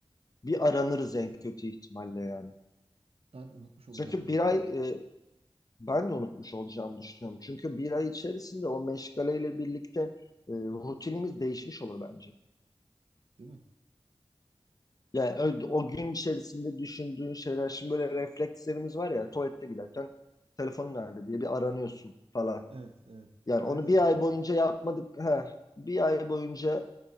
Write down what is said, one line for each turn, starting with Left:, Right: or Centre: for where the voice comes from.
Left: Bir aranırız en kötü ihtimalle yani.
Right: Ben unutmuş olacağımı
Left: Çünkü
Right: düşünüyorum.
Left: bir ay
Right: yani,
Left: e, ben de unutmuş olacağımı düşünüyorum. Çünkü bir ay içerisinde o meşgaleyle birlikte e, rutinimiz değişmiş olur bence.
Right: Değil mi?
Left: Yani ö- o gün içerisinde düşündüğün şeyler, şimdi böyle reflekslerimiz var ya, tuvalete giderken telefonun nerede diye bir aranıyorsun falan.
Right: Evet, evet.
Left: Yani
Right: Her
Left: onu
Right: yere
Left: bir
Right: giderek.
Left: ay boyunca yapmadık, he, bir ay boyunca